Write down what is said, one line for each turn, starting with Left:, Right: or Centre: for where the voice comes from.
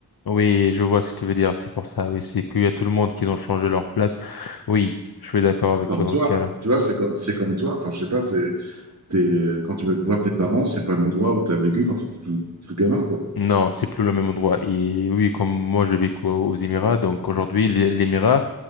Left: Oui, je vois ce que tu veux dire. C'est pour ça. Oui, c'est qu'il y a tout le monde qui ont changé leur place. Oui, je suis d'accord avec
Right: Comme
Left: toi dans
Right: toi,
Left: ce cas-là.
Right: tu vois, c'est comme, c'est comme toi. Enfin, je sais pas, c'est, t'es- quand tu vas voir tes parents, c'est pas l'endroit où tu as vécu quand tu étais tout, tout gamin, quoi.
Left: Non, c'est plus le même endroit. Et oui, comme moi, j'ai vécu aux aux Émirats. Donc aujourd'hui, les- l'Émirat,